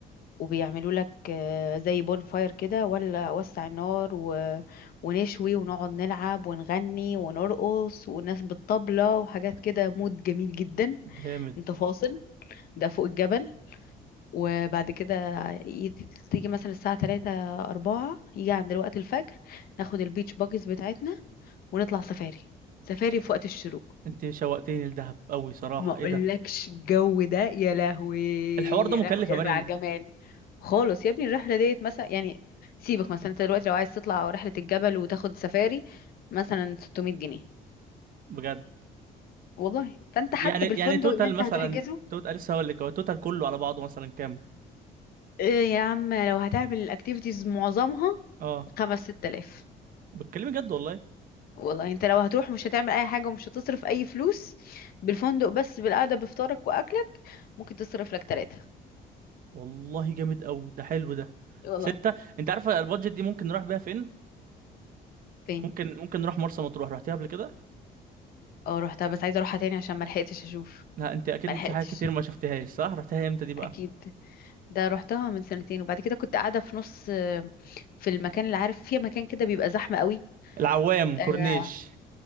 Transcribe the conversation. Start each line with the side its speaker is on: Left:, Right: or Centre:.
Left: وبيعملوا لك آه، زي بون فاير كده ولا وسع النار و... ونشوي ونقعد نلعب ونغني ونرقص والناس بالطبلة وحاجات كده مود جميل جدا
Right: جامد
Left: انت فاصل ده فوق الجبل وبعد كده يت- تيجي مثلا الساعة 3 4 يجي عند وقت الفجر ناخد البيتش باجز بتاعتنا ونطلع سفاري سفاري في وقت الشروق
Right: انت شوقتيني لدهب قوي صراحه
Left: ما اقولكش
Right: ايه ده
Left: الجو ده يا لهوي
Right: الحوار ده
Left: يا
Right: مكلف
Left: لهوي يا
Right: يا مريم
Left: لهوي على الجمال خالص يا ابني الرحله ديت مثلا يعني سيبك مثلا انت دلوقتي لو عايز تطلع رحله الجبل وتاخد سفاري مثلا 600 جنيه
Right: بجد
Left: والله فانت حتى
Right: يعني
Left: بالفندق
Right: يعني توتال
Left: اللي انت
Right: مثلا
Left: هتحجزه
Right: توتال لسه هقول لك هو توتال كله على بعضه مثلا كام
Left: إيه يا عم لو هتعمل الاكتيفيتيز معظمها
Right: اه
Left: خمس ست آلاف
Right: بتكلمي جد والله
Left: والله انت لو هتروح مش هتعمل اي حاجه ومش هتصرف اي فلوس بالفندق بس بالقعده بفطارك واكلك ممكن تصرف لك تلاتة
Right: والله جامد قوي ده حلو ده
Left: والله
Right: ستة انت عارفه البادجت دي ممكن نروح بيها فين
Left: فين
Right: ممكن ممكن نروح مرسى مطروح رحتيها قبل كده
Left: اه رحتها بس عايزه اروحها تاني عشان ما لحقتش اشوف
Right: لا انت اكيد
Left: ما لحقتش
Right: في حاجات كتير ما شفتهاش صح رحتيها امتى دي بقى
Left: اكيد ده روحتها من سنتين وبعد كده كنت قاعده في نص في المكان اللي عارف فيه مكان كده بيبقى زحمه قوي
Right: العوام كورنيش
Left: آه.